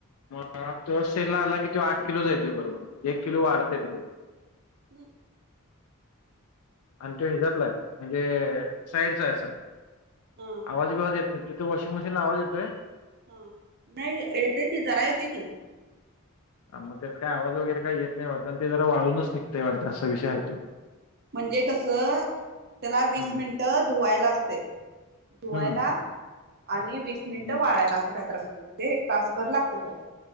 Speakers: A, on the left (about 80°); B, on the right (about 45°).
A: म अ त्यो सेलला आला कि त्यो आठ किलोचा येतोय बरोबर एक किलो वाढतय त्याच्यात
B: हम्
A: आणि त्यो ह्याजातलाय म्हणजे साईडचाय असा
B: हा
A: आवाज बिवाज येत नाही. तिथ वॉशिंगमशीनला आवाज येतोय.
B: हा नाही येतोय की जरा येतोय की
A: अ म त्यात काय आवाज वगैरे काही येत नाही वाटत आणि ते जरा वाळूनच निघतय वाटत असा विषय हाय त्यो
B: म्हणजे कसं त्याला वीस
A: हम्म
B: मिनिटं धुवायला असतय धुवायला.
A: हम्म
B: आणि वीस मिनिटं
A: हम्म.
B: वाळायला असं काहीत्र असते म्हणजे एक तासभर लागत त्याला